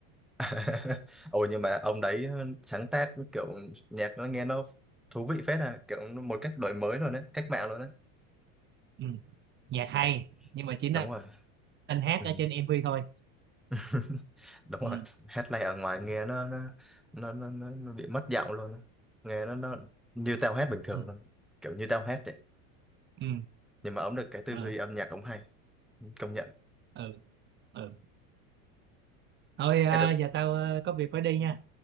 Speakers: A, in the centre; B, on the right.
A: <laughs> Ồ nhưng mà ông đấy ờ, sáng tác kiểu nhạc nó nghe nó thú vị phết à, kiểu một cách đổi mới luôn đấy, cách mạng luôn đấy.
B: ừ. nhạc hay
A: Ồ,
B: nhưng mà chỉ nên
A: đúng rồi.
B: nên hát
A: Ừ.
B: ở trên MV thôi
A: <laughs> Đúng rồi,
B: ừ.
A: hát live ở ngoài nghe nó nó nó nó, nó, nó bị mất giọng luôn. á. Nghe nó nó như tao hát bình thường
B: Ừ.
A: luôn, kiểu như tao hát vậy.
B: Ừ.
A: Nhưng mà ông được cái tư
B: Ờ.
A: duy âm nhạc ông hay, công nhận.
B: Ừ. Ừ. thôi ờ,
A: Ê, được.
B: giờ tao ờ, có việc phải đi nha